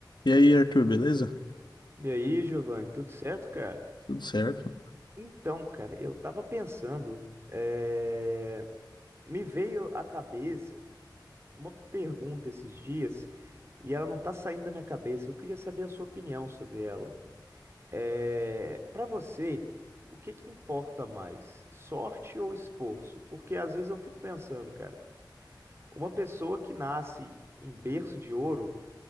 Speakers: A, on the left; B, on the right.
A: E aí, Arthur, beleza?
B: E aí, Giovanni, tudo certo, cara?
A: Tudo certo?
B: Então, cara, eu tava pensando, eh, me veio à cabeça uma pergunta esses dias e ela não tá saindo da minha cabeça. Eu queria saber a sua opinião sobre ela. É... Para você, o que que importa mais, sorte ou esforço? Porque às vezes eu fico pensando, cara, uma pessoa que nasce em berço de ouro,